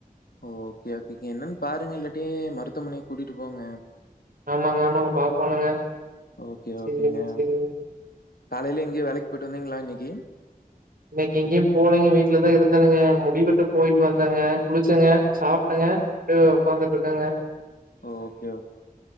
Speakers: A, on the left; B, on the right.
A: ஓ ஓகே ஓகேங்க என்னன் பாருங்க இல்லாட்டி மருத்துவமனைக்கு கூட்டிட்டு போங்க
B: ஆமாங்க ஆமாங்க பாக்கோணுங்க
A: ஓகே
B: சேரி
A: ஓகேங்க
B: சேரிங்க
A: காலையில எங்கயு வேலைக்கு போய்ட்டு வந்தீங்களா இன்னைக்கு
B: இன்னைக்கு எங்கேயு போலங்க வீட்லதா இருந்தனுங்க முடி வெட்ட போயிட்டு வந்தங்க குளிச்சங்க சாப்டங்க ட்டு உக்காந்துட்ருக்கங்க
A: ஓகே ஓ